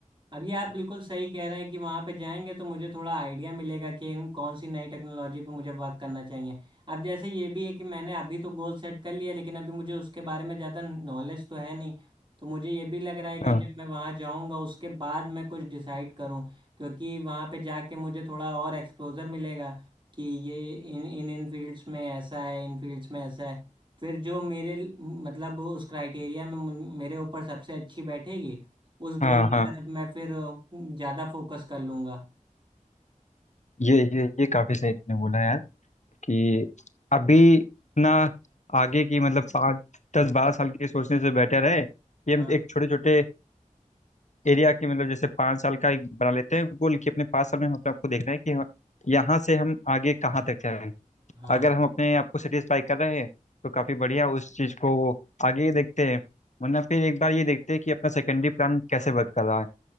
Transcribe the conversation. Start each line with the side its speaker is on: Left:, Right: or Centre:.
Right: अब ये आप बिल्कुल सही कह रहे हैं कि वहाँ पे जाएंगे तो मुझे थोड़ा आइडिया मिलेगा कि इन कौन सी नई टेक्नोलॉजी पे मुझे वर्क करना चाहिए अब जैसे ये भी है कि मैंने अभी तो गोल सेट कर लिया लेकिन अभी मुझे उसके बारे में ज़्यादा नॉलेज तो है नहीं तो मुझे ये भी लग रहा है कि
Left: हाँ
Right: जब मैं वहाँ जाऊँगा उसके बाद मैं कुछ डिसाइड करूँ क्योंकि वहाँ पे जाके मुझे थोड़ा और एक्सपोजर मिलेगा कि ये इन इन इन फील्ड्स में ऐसा है इन फील्ड्स में ऐसा है फिर जो मेरे मतलब उस क्राइटेरिया में मु- मेरे ऊपर सबसे अच्छी बैठेगी उस
Left: हाँ
Right: गोल की
Left: हाँ
Right: तरफ मैं फिर अ, ज्यादा फोकस कर लूंगा
Left: ये ये ये काफी सही तुमने बोला यार कि अभी इतना आगे की मतलब पाँच दस बारह साल की सोचने से बेटर है कि
Right: हाँ
Left: हम एक छोटे छोटे एरिया के मतलब जैसे पाँच साल का एक बना लेते हैं गोल कि अपने पाँच साल में हम अपने आपको देखना है कि हम यहाँ से हम आगे कहाँ तक जाएं
Right: हाँ
Left: अगर हम अपने आप को सेटिस्फाई कर रहे हैं तो काफ़ी बढ़िया उस चीज़ को आगे ही देखते हैं वरना फिर एक बार ये देखते हैं कि अपना सेकेंडरी प्लान कैसे वर्क कर रहा है